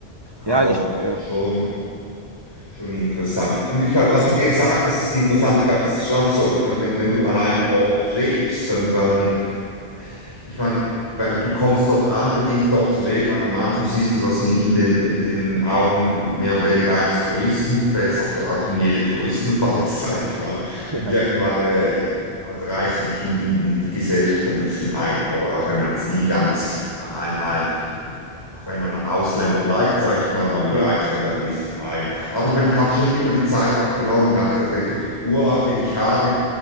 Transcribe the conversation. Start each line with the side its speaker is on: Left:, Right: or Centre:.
Left: Aber
Right: Ja, ich, ja.
Left: schon,
Right: <laughs>
Left: schon interessant. Und ich halt, was du gesagt hast, ist interessant. Ich glaube, es ist schon auch so. Ich meine, wenn, wenn du an einem Ort lebst, dann, dann ich meine, weil du kommst dort an, beginnst dort zu leben. Am Anfang siehst du das in, in den, den Augen mehr oder weniger eines Touristen, fällst auch ja auch in jede Touristenfalle, <laughs> sage ich mal. Und
Right: Ja.
Left: irgendwann äh, halt reichst du dich in, in, in die Gesellschaft ein bisschen ein. Aber auch wenn man jetzt nie ganz äh, ein, ein auch wenn man Ausländer bleibt, sage ich mal, aber man
Right: Mhm.
Left: reizt sich halt ein bisschen ein. Aber ich meine, ich habe schon immer die Zeit auch genommen, habe gesagt, okay, Urlaub, den ich habe,